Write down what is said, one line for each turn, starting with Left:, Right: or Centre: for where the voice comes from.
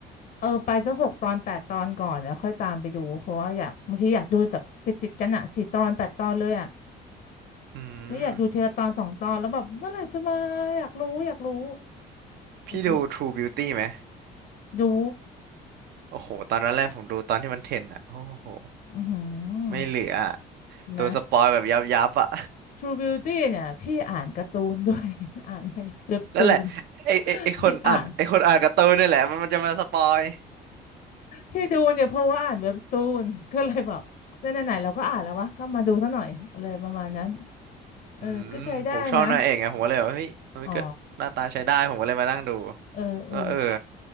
Left: เออไปสักหกตอนแปดตอนก่อนแล้วค่อยตามไปดูเพราะว่าอยากบางทีอยากดูแบบติดติดกันอะสี่ตอนแปดตอนเลยอะ
Right: อืม
Left: ไม่อยากดูทีละตอนสองตอนแล้วแบบเมื่อไหร่จะมาอยากรู้อยากรู้เออก็
Right: พี่ดู True Beauty ไหม
Left: ดู
Right: โอ้โห ตอนนั้นแรกผมดูตอนที่มันเทรนอ่ะโอ้โห
Left: อือหือ
Right: ไม่เหลืออะ
Left: นะ
Right: โดนสปอยแบบยับยับอ่ะ
Left: True Beauty เนี่ยพี่อ่านการ์ตูน <laughs> ด้วย <laughs> อ่านในเว็บตูน
Right: <laughs> นั่นแหละไอไอไอคนอ่านไอคนอ่านการ์ตูนนี่แหละมันมันจะมาสปอย
Left: พี่อ่านที่ดูเนี่ยเพราะว่าอ่านเว็บตูนก็เลยแบบไหนๆเราก็อ่านแล้ววะก็มาดูซะหน่อยอะไรประมาณนั้น
Right: <laughs>
Left: เออก็ใช้ได้นะ
Right: อืมผมชอบนางเอกไงผมก็เลยแบบเฮ้ยเฮ้ยก็หน้าตาใช้ได้ผมก็เลยมานั่งดู
Left: อ๋อเออเออ
Right: ก็เออ